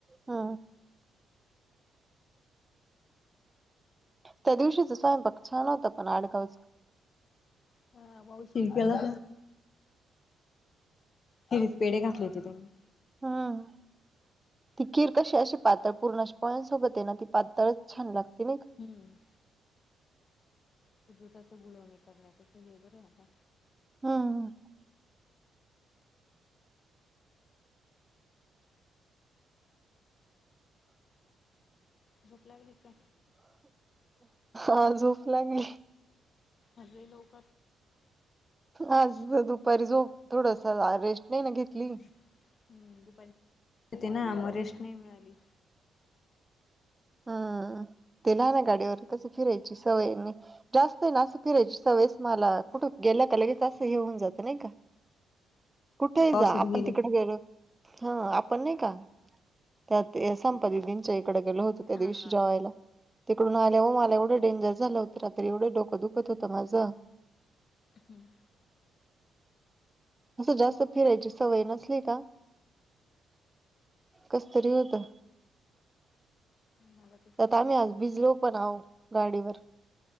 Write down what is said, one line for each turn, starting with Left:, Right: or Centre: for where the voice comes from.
Right: हा. त्या दिवशीच स्वयं पक्ष छानवतं पण आडगावच.
Left: हा भाऊ शिरक्याला खिरी पेढे घातले होते त्यांनी
Right: हम्. ती कीर कशी अशी पातळ पूर्ण पोळ्यांसोबत आहे ना ती पातळच छान लागते ना.
Left: हम्म. सु दुध त बुलावणी करण्याच हे बर आता.
Right: हम्.
Left: झोप लागली का.
Right: आा झोप लागली.
Left: असजले लोक.
Right: आज दुपारी जो थोडस रेस्ट नाही ना घेतली.
Left: हम्म दुपारी येते ना आम्हा रेस्ट नाही मिळाली.
Right: हम्म ते लहान गाडीवर कस फिरायची सवयंनी जास्त आहे ना असं फिरायच स वळेस मला कुठे गेल्या का लगेच असं हे होऊन जातं नाही का. कुठेही
Left: पावसात
Right: जा आपण
Left: गेले.
Right: तिकडे गेलो. हा आपण नाही का त्यात संपती दिनच्या इकडे गेलो होतो त्या दिवशी
Left: हा हा
Right: जेवायला. तिकडून आलं हो मला एवढं डेंजर झालं होतं रात्री एवढं डोकं दुखत होतं माझं. <inaudible>
Left: हम्म.
Right: असं जास्त फिरायची सवय नसली का. कसतरी होतं.
Left: मला. तसच
Right: आता
Left: होत
Right: आम्ही
Left: कधी
Right: आज भिजलो पण आहो गाडीवर.